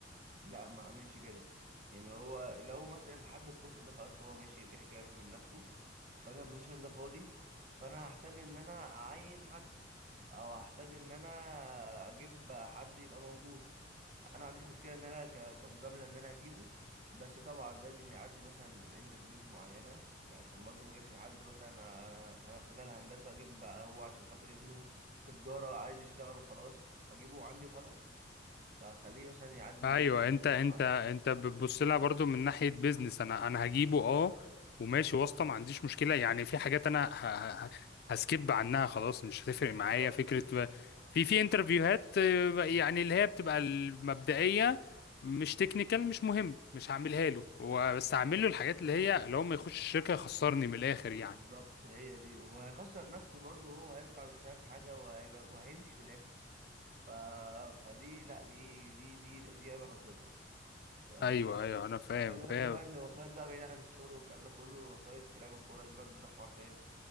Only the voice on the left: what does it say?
ايوه
انت انت
انت بتبص لها برضو من ناحية بيزنس انا انا هجيبه اه وماشي واسطة ما عنديش مشكلة يعني في حاجات انا ه... ه... هسكيب عنها خلاص مش هتفرق
معايا فكرة ب... في في انترفيوهات آه، يعني اللي هي بتبقى المبدئية مش تكنيكال مش مهم مش هعملها له هو بس هعمل له الحاجات اللي هي لو ما يخش الشركة يخسرني من الاخر يعني
ايوه ايوه انا فاهم
فاهم